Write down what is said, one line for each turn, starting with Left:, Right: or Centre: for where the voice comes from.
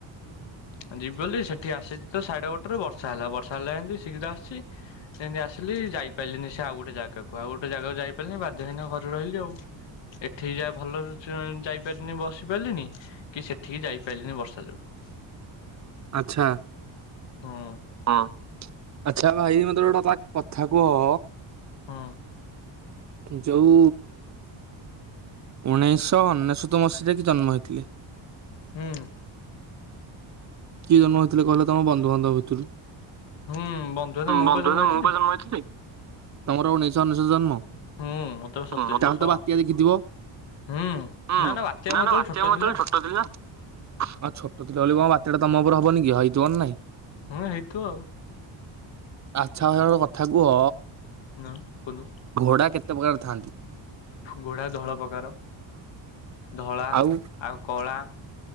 Left: ଆ ଯିବ ବୋଲି ସେଠି ଆସିଛି ତ ସାଢେ ଗୋଟେରୁ ବର୍ଷା ହେଲା ବର୍ଷା ହେଲା ଯେମିତି ଶୀଘ୍ର ଆସୁଛି। ଏମିତି ଆସିଲି ଯାଇପାରିଲିନି ସେ ଆଉ ଗୋଟେ ଜାଗାକୁ ଆଉ ଗୋଟେ ଜାଗକୁ ଯାଇ ପାରିଲିନି ବାଧ୍ୟ ହେଇନା ଘରେ ରହିଲି ଆଉ ଏଠିକି ଯା ଭଲ ଯାଇପାରିନି ବସ ପାରିଲିନି କି ସେଠିକି ଯାଇ ପାରିଲିନି ବର୍ଷା ଯୋଗୁଁ।
Right: ଆଛା।
Left: ହଁ।
Right: ହଁ ଆଚ୍ଛା ଭାଇ ମତେ ଗୋଟେ ତା କଥା କୁହ?
Left: ହଁ।
Right: ଯୋଉ ଉଣେଇଶହ ଅନେଶତ ମସିହାରେ କି ଜନ୍ମ ହେଇଥିଲେ।
Left: ହୁଁ।
Right: କିଏ ଜନ୍ମ ହୋଇଥିଲେ କହିଲ ତମ ବନ୍ଧୁବାନ୍ଧବ ଭିତରୁ?
Left: ହୁଁ ବନ୍ଧୁ ହେଲେ ମୁଁ
Right: ବନ୍ଧୁ
Left: ପା ଜନ୍ମ
Right: ଏବେ
Left: ହେଇଥିଲି
Right: ମୁଁ ବା ଜନ୍ମ ହେଇଥିଲି। ତମର ଉଣେଇଶ ଅନେଶତ ଜନ୍ମ?
Left: ହୁଁ ମତେ ପା ସତେଇଶି
Right: ତାହେଲେ
Left: ବର୍ଷ
Right: ତ ବାତ୍ୟା ଦେଖିଥିବ?
Left: ହୁଁ।
Right: ହଁ
Left: ନା ବାତ୍ୟା
Right: ନା
Left: ମୁଁ ହେତେବେଳେ
Right: ନା ବାତ୍ୟା
Left: ଛୋଟ
Right: ମୁଁ
Left: ଥିଲି
Right: ବା ସେତେଳେ
Left: ନା
Right: ଛୋଟ ଥିଲି ବା। ଆଉ ଛୋଟ ଥିଲ ବୋଲି କଣ ବାତ୍ୟା ଟା ତମ ଉପରେ ହବନି କି ହେଇଥିବନି ନାଇଁ।
Left: ହଁ ହେଇଥିବ ଆଉ।
Right: ଆଛା ମତେ ଗୋଟେ କଥା କୁହ?
Left: ନା କୁହନ୍ତୁ
Right: ଘୋଡା କେତେ ପ୍ରକାର ଥାଆନ୍ତି?
Left: ଘୋଡା ଧଳ ପ୍ରକାର। ଧଳା
Right: ଆଉ
Left: ଆଉ କଳା